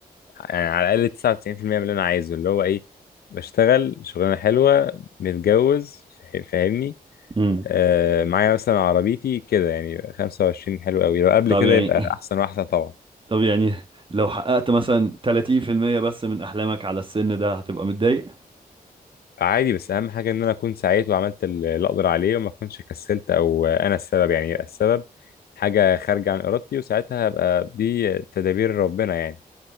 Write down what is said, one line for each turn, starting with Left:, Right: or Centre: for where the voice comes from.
Left: يعني على الاقل 99% من اللي انا عايزه اللي هو ايه بشتغل شغلانه حلوه متجوز فا- فاهمني
Right: امم
Left: آه معايا مثلا عربيتي كده يعني 25 حلو قوي لو قبل
Right: طب
Left: كده
Right: يعني
Left: يبقى
Right: <laughs>
Left: احسن واحسن طبعا
Right: طب يعني لو حققت مثلا 30% بس من أحلامك على السن ده هتبقى متضايق؟
Left: عادي بس اهم حاجه ان انا اكون سعيت وعملت اللي اقدر عليه وما اكونش كسلت او انا السبب يعني يبقى السبب حاجه خارجه عن ارادتي وساعتها هبقى دي تدابير ربنا يعني